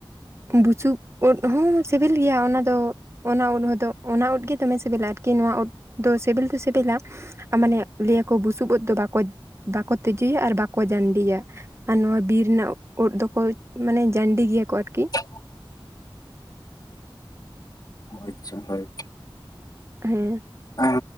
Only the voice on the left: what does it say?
<unintelligible> ᱟᱪᱪᱷᱟ ᱦᱳᱭ
ᱦᱮᱸ